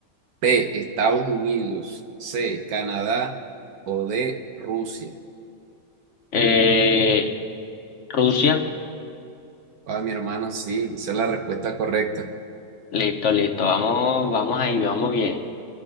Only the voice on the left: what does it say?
Eh, Rusia,
listo, listo. Vamos, vamos ahí, vamos bien.